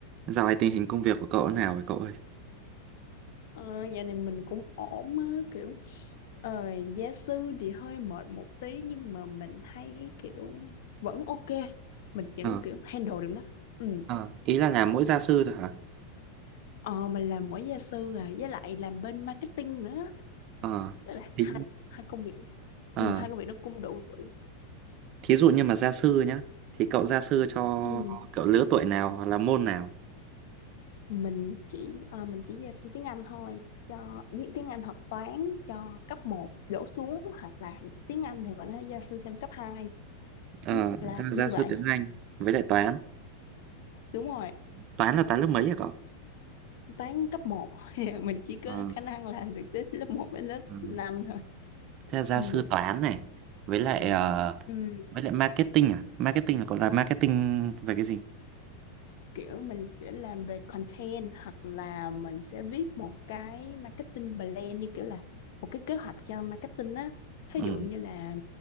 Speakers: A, on the right (about 35°); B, on the left (about 50°).
A: Dạo này tình hình công việc của cậu thế nào vậy cậu ơi?
B: Ờ, dạo này mình cũng ổn á, kiểu ờ, gia sư thì hơi mệt một tí nhưng mà mình thấy kiểu vẫn ok mình vẫn
A: Ờ,
B: kiểu handle được nó ừ.
A: ờ, ý là làm mỗi gia sư thôi hả?
B: ờ, mình làm mỗi gia sư à với lại làm bên marketing nữa
A: Ờ,
B: với lại
A: thí,
B: hai hai công việc
A: ờ,
B: ừ, hai công việc đó cũng đủ đủ
A: thí dụ như mà gia sư nhá, thì cậu gia sư cho
B: ừ.
A: cậu lứa tuổi nào hoặc là môn nào?
B: mình chỉ ờ, mình chỉ gia sư tiếng Anh thôi cho với tiếng Anh hoặc toán cho cấp một đổ xuống hoặc là tiếng Anh thì mình nói gia sư thêm cấp hai,
A: Ờ,
B: ừ, là
A: thế là
B: như
A: gia sư
B: vậy
A: tiếng Anh với lại toán.
B: đúng rồi
A: Toán là toán lớp mấy hả cậu?
B: toán cấp một <laughs> mình chỉ có
A: Ờ,
B: khả năng làm được tới lớp một đến lớp
A: ừ.
B: 5 thôi
A: Thế là gia
B: ừ.
A: sư toán này với lại ờ,
B: Ừ.
A: với lại marketing à? Marketing là cậu làm marketing về cái gì?
B: kiểu mình sẽ làm về content hoặc là mình sẽ viết một cái marketing plan như kiểu là một cái kế hoạch cho marketing á thí
A: Ừ.
B: dụ như là